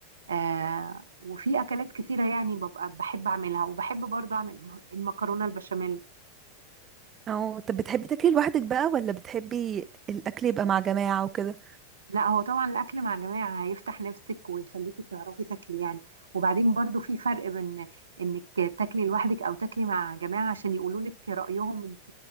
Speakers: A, on the right; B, on the right.
A: آه وفي اكلات كتيره يعني ببقى بحب اعملها وبحب برضه اعمل الم- المكرونه البشاميل
B: او طب بتحبي تاكلي لوحدك بقى ولا بتحبي الاكل يبقى مع جماعة وكده
A: لا هو طبعا الاكل مع جماعه هيفتح نفسك ويخليكي تعرفي تاكلي يعني وبعدين برضه في فرق بين انك تاكلي لوحدك او تاكلي مع جماعه عشان يقولوا لك رايهم انت